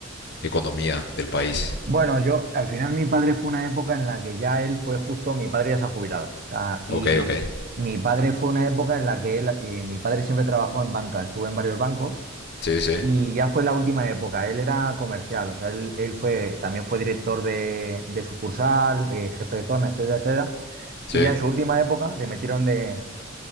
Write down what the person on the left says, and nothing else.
economía del país.
Ok, ok.
Sí, sí,
sí.